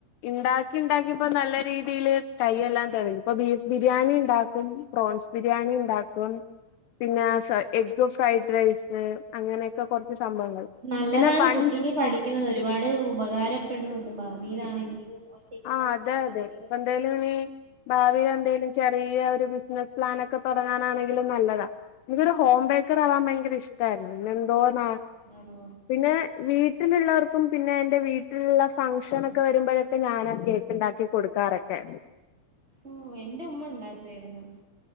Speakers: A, on the left (about 75°); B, on the right (about 15°).
A: ഇണ്ടാക്കി ഇണ്ടാക്കി ഇപ്പോ നല്ല രീതിയയില് കൈെയെല്ലാം തെളിഞ്ഞ്, ഇപ്പൊ ബീഫ് ബിരിയാണി ഉണ്ടാക്കും. പ്രോൺസ് ബിരിയാണി ഉണ്ടാക്കും. പിന്നെ എഗ്ഗ് ഫ്രൈഡ് റൈസ് അങ്ങനെയൊക്കെ കുറച്ച് സംഭവങ്ങൾ
B: നല്ലതാണ്
A: പിന്നെ പണ്ട്
B: കുക്കിംഗ് പഠിക്കുന്നത്, ഒരുപാട് ഉപകാരപ്പെടും ആ ഭാവിയിലാണെങ്കിലും ഒറ്റയ്ക്കുള്ള
A: ആ ഹ്
B: സമയത്താണെങ്കിലും
A: അതെ അതെ ഇപ്പ
B: ഒക്കെ
A: എന്തേലും ഇനി ഭാവി എന്തേലും- ചെറിയ ഒരു ബിസിനസ്സ് പ്ലാനൊക്കെ തൊടങ്ങാനാണെങ്കിലും നല്ലതാ. എനിക്കൊരു ഹോം ബേക്കർ ആവാൻ ഭയങ്കര ഇഷ്ടമായിരുന്നു, പിന്നെ എന്തോന്ന
B: ആണോ
A: പിന്നെ വീട്ടി വീട്ടിലുള്ളവർക്കും പിന്നെ എന്റെ വീട്ടിലുള്ള ഫംഗ്ഷനൊക്കെ വരുമ്പോഴൊ ഞാനാ കേക്ക് ഇണ്ടാക്കി കൊടുക്കാറൊക്കെ.
B: ഉ എന്റെ ഉമ്മ ഉണ്ടാക്കായിരുന്നു.